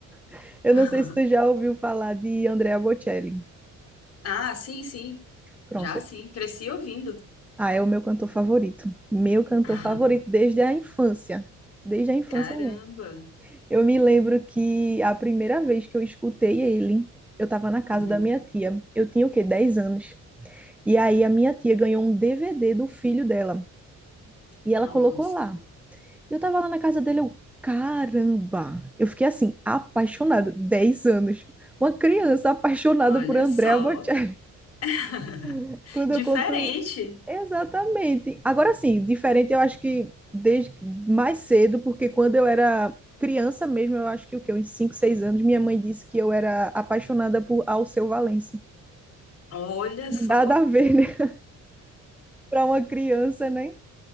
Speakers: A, in the centre; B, on the left.
A: <laughs> eu
B: <laughs>
A: não sei se tu já ouviu falar de Andrea Bocelli.
B: Ah, sim, sim.
A: Pronto.
B: Já sim, cresci ouvindo.
A: Ah, é o meu cantor favorito. Meu cantor
B: <laughs>
A: favorito desde a infância. Desde a infância
B: Caramba!
A: mesmo. Eu me lembro que a primeira vez que eu escutei ele, eu estava na casa
B: Uhum.
A: da minha tia. Eu tinha o quê? dez anos. E aí a minha tia ganhou um DVD do filho dela e
B: Nossa,
A: ela colocou lá. Eu tava lá na casa dele, eu, caramba! Eu fiquei assim, apaixonada, 10 anos. Uma criança apaixonada
B: olha
A: por André
B: só.
A: Albuquerque.
B: <laughs>
A: <laughs> Quando
B: Diferente.
A: eu conto. Exatamente. Agora sim, diferente eu acho que desde que- mais cedo, porque quando eu era criança mesmo, eu acho que o quê? Uns 5, 6 anos, minha mãe disse que eu era apaixonada por Alceu Valença.
B: Olha só.
A: Nada a ver, né? <laughs> Para uma criança, né?